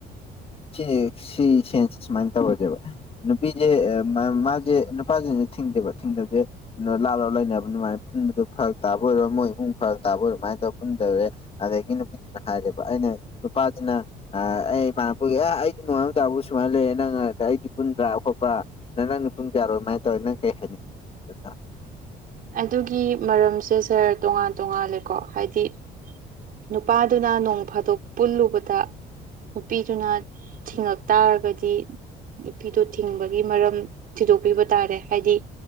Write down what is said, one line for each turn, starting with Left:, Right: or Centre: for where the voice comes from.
Left: ꯁꯤ ꯁꯤ ꯁꯦꯟꯁ ꯁꯨꯃꯥꯏꯅ ꯇꯧꯔꯁꯦꯕ ꯅꯨꯄꯤꯁꯦ ꯃꯥ ꯁꯦ ꯅꯨꯄꯥꯁꯤꯡꯁꯨ ꯊꯤꯡꯗꯦꯕ ꯊꯤꯡꯗꯕꯁꯦ ꯂꯥꯞ ꯂꯥꯎꯞ ꯂꯩꯅꯕ ꯑꯗꯨꯃꯥꯏꯅ ꯄꯨꯟꯕꯗꯨ ꯐꯔꯛ ꯇꯥꯕ ꯑꯣꯏꯔꯣ ꯃꯣꯏ ꯏꯃꯨꯡ ꯐꯔꯛ ꯇꯥꯕ ꯑꯣꯏꯔꯣ ꯑꯗꯨꯃꯥꯏꯅ ꯇꯧꯔ ꯄꯨꯟꯗꯧꯔꯦ ꯑꯗꯒꯤ ꯅꯨꯄꯤꯗꯨꯅ ꯍꯥꯏꯔꯦꯕ ꯑꯩꯅ ꯅꯨꯄꯥꯁꯤꯅ ꯑꯩ ꯏ ꯄꯨꯒ ꯑꯦ ꯑꯩꯗꯤ ꯅꯣꯉꯥꯟꯕꯗꯩ ꯅꯨꯃꯤꯠ ꯇꯥꯕꯨ ꯁꯨꯃꯥꯏꯅ ꯂꯩꯌꯦ ꯅꯪ ꯑꯩꯗꯤ ꯄꯨꯟꯕ꯭ꯔꯥ ꯈꯣꯠꯄ꯭ꯔꯥ ꯅꯪ ꯄꯨꯡ ꯀꯥꯌꯥꯔꯣꯏ ꯃꯥꯏ ꯇꯧꯔꯣ ꯅꯪ ꯀꯩ ꯍꯥꯏꯅꯤꯡꯉꯤ
Right: ꯑꯗꯨꯒꯤ ꯃꯔꯝꯁꯦ ꯁꯥꯔ ꯇꯣꯉꯥꯟ ꯇꯣꯉꯥꯜꯂꯦꯀꯣ ꯍꯥꯏꯗꯤ ꯅꯨꯄꯥꯗꯨꯅ ꯅꯣꯡ ꯐꯥꯗꯣꯛ ꯄꯨꯜꯂꯨꯕꯗ ꯅꯨꯄꯤꯗꯨꯅ ꯊꯤꯡꯉꯛ ꯇꯥꯔꯒꯗꯤ ꯅꯨꯄꯤꯗꯨ ꯊꯤꯡꯕꯒꯤ ꯃꯔꯝ ꯊꯤꯗꯣꯛꯄꯤꯕ ꯇꯥꯔꯦ ꯍꯥꯏꯗꯤ